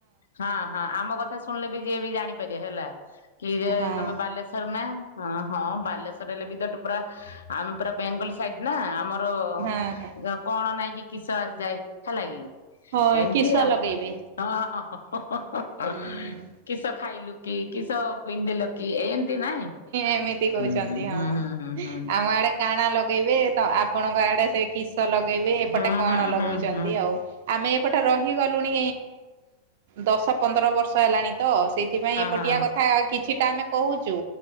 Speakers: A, on the left; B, on the right.
A: ହଁ ହଁ ଆମ କଥା ଶୁ ଶୁଣିଲେ ବି ଯିଏ ବି ଜାଣିପାରିବେ ହେଲା କି ରେ
B: ହଁ
A: ତମେ ବାଲେଶ୍ଵର ନା। ହଁ ହଁ ବାଲେଶ୍ଵର ହେଲେ ବି ତ ତୁ ପୁରା ଆମେ ପୁରା ବେଙ୍ଗଲ ସାଇଡ ନା ଆମର।
B: ହଁ ହଁ।
A: ର କଣ ନାଇଁ କି କିସ ଆସିଯାଏ ହେଲା କି।
B: ହଁ
A: ଏମତିଆ
B: କିସ ଲଗେଇବେ?
A: ହ ହ ହ ହ ହ
B: ହୁଁ
A: କିସ ଖାଇଲୁ କି କିସ ପିନ୍ଧିଲ କି ଏମତି ନାଇଁଁ
B: ଏମିତି କହୁଛନ୍ତି
A: ହୁଁ ହୁଁ
B: ହଁ।
A: ହୁଁ ହୁଁ ହୁଁ ହୁଁ।
B: ଆମ ଆଡେ କାଣା ଲଗେଇବେ? ତ ଆପଣଙ୍କ ଆଡେ ସେ କିସ ଲଗେଇବେ ଏପଟେ
A: ହୁଁ ହୁଁ। ହୁଁ
B: କଣ
A: ହୁଁ
B: ଲଗୋଉଚନ୍ତି
A: ହୁଁ ହୁଁ ହୁଁ ହୁଁ ହୁଁ
B: ଆଉ ଆମେ ଏପଟେ ସେଟେ ରହିଗଲୁଣି ଦଶ ପନ୍ଦର ବର୍ଷ ହେଲାଣି। ତ ସେଇ ଥିପାଇଁ ଏପଟିଆ
A: ହୁଁ
B: କଥା କିଛିଟା ଆମେ କହୁଚୁ